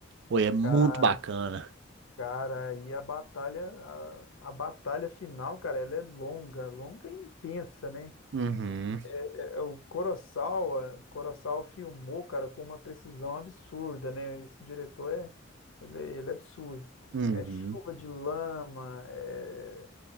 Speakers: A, on the right (about 60°); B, on the left (about 75°).
A: Pô, é muito
B: Cara,
A: bacana.
B: cara, aí a batalha, a, a batalha final, cara, ela é longa, longa e intensa, né?
A: Uhum.
B: É, é, o Kurosawa, Kurosawa filmou, cara, com uma precisão absurda, né? Esse diretor é, ele, é ele é absurdo.
A: Uhum,
B: É chuva de lama, é